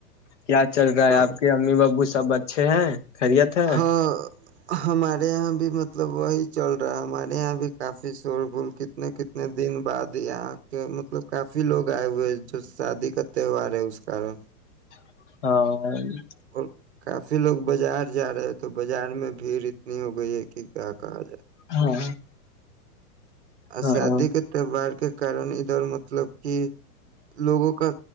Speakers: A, on the left (about 50°); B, on the right (about 45°).
A: کیا چل رہا
B: ہاں
A: ہے آپ کے امی بو سے سب اچھے ہیں خریت ہے
B: ہاں ہمارے یہاں بھی مطلب وہی چل رہا ہے ہمارے یہاں بھی کافی شور پھول کتنے کتنے دن بعد یہاں کے مطلب کافی لوگ آئے ہوئے ہیں جو شادی کا تہوار ہے اس کارن
A: ہاں
B: اور کاف پھر لوگ بازار جا رہے تو بازار میں بھیڑ اتنی ہو گئی ہے کہ کیا کہا جائے
A: ہاں
B: اسژعادی
A: ہاں
B: کے تہوار کے کارن ادھر مطلب کہ لوگوں کا